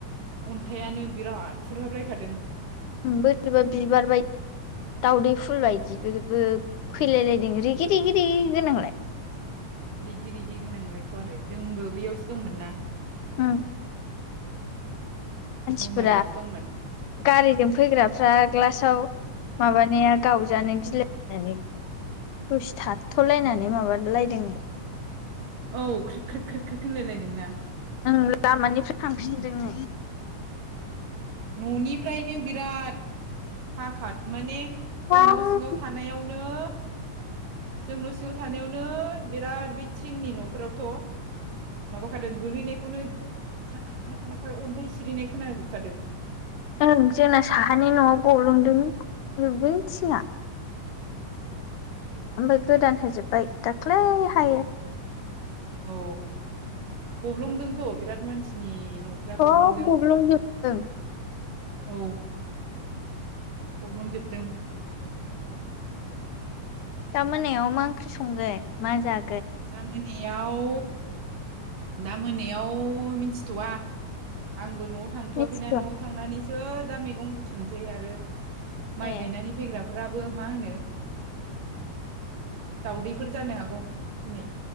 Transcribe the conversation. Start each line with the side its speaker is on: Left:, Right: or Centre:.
Right: अन्थाइनो बिराद फुरहाबलायखादों
Left: बोरैबा बिबार बायदि दावदै फुल बायदि बेबो फैलायलायदों रिगि रिगिद गोनांलाय
Right: रेगि रिगि गोनांबायायथ' आरो जोंबो बैयावसो दंमोन ना
Left: औ मानसिफोरा
Right: रौमारियावसो दंमोन
Left: गारिजों फैग्राफ्रा ग्लास माबानाया गावजानो गिलायनानै दस थाथथ'लायनानै माबालायदों नो
Right: औ ख्रि - ख्रि -ख्रि - ख्रिक होनलायलायदों ना
Left: ओं लामानिफ्राय थांफिनदों नो
Right: न'निफ्रायनो बिराद हाखा माने जों
Left: ओं
Right: न' सिङाव थानायावनो नो जों न'सिङाव थानायावनो बिराद बै थिंनि न'फोरावथ' माबाखादों गोलैनाय- खौनो खार-खार-खार-खार अन्थाइ सिरिनाय खोनाजोबखादों
Left: ओ जोंना साहानि न'आव गलंदों नोदों थिङा ओमफ्राय गोदान होजोबबाय दाख्लैहाय
Right: औ गब्लं- दोंथ' बिराद मानसिनि न'फ
Left: सब
Right: गब्लंदों
Left: गब्लंजोबदों
Right: औ गब्लंजोबदों
Left: दा मोनायाव मा ओंख्रि संगोन मा जा-
Right: दा मानि याव दा मोनायाव मिथिथवा आं- बो न'आव थांथ'वाखैना
Left: मिथिथ'आ
Right: न'आव थांनानैसो दा मैगं बुथुमनोसै आरो माइ
Left: ए
Right: गायनानै फैग्राफोराबो मा होनो दाउदैफोर जानो हागौ दिनै